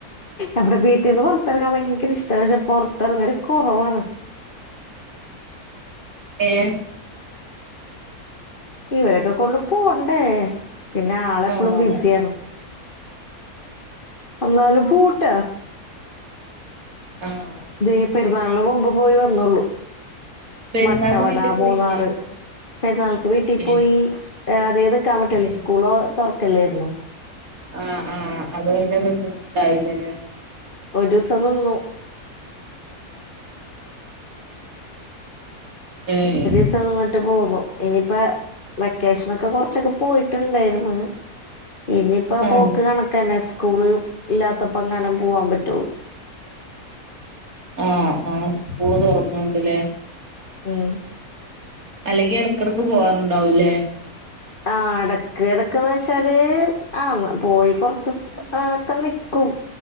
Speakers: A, on the left; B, on the right.
A: എവിടെ വീട്ടിൽന്ന് പുറത്തിറങ്ങാൻ ഭയങ്കര ഇഷ്ട പക്ഷെ പുറത്തിറങ്ങല് കുറവാണ്
B: ഏഹ്
A: ഇവരൊക്കെ കൊണ്ട് പോണ്ടേ പിന്നെ ആളെപ്പോളും
B: ആഹ്
A: ബിസിയാണ് എന്നാല് പൂട്ട
B: ആഹ്
A: ദെ പെരുന്നാളിന് മുമ്പ് പോയി വന്നുള്ളു
B: പെരുന്നാക്ക്
A: മട്ടവട
B: വീട്ടിൽ പോയില്ലേനോ
A: മൂന്നാറ് പെരുന്നാൾക്ക് വീട്ടി
B: ഏഹ്
A: പോയി അത് ഏതൊക്കാൻ പറ്റല്ല
B: ഏഹ്
A: സ്കൂളോ തുറക്കല്ലായിരുന്നു
B: ആഹ് ആഹ് അത് നിന്നിട്ട ഉണ്ടാവില്ലല്ലേ
A: ഒരുസം നിന്നു
B: ഏഹ്
A: സേവ് പോകും ഇനിപ്പ വെക്കേഷനോക്കെ കൊറച്ചൊക്കെ പോയിട്ടുണ്ടായിരുന്നു ഇനിയിപ്പോ
B: ആഹ്
A: പോക്ക് കണക്കന്നെ സ്കൂള് ഇല്ലാത്തപ്പോ അങ്ങാനെ പോവാൻ പറ്റുള്ളൂ
B: ഏഹ് ആഹ് സ്കൂൾ തുറന്നുണ്ട്ല്ലേ
A: ഉം
B: അല്ലെങ്കി ഇടക്കിടക്ക് പോവാാറുണ്ടാവുംല്ലേ
A: ആഹ് എടക്ക് ഇടക്ക്ന്ന് വെച്ചാല് ആഹ് പോയി കൊറച്ച്ദിവസക്കെ നിക്കും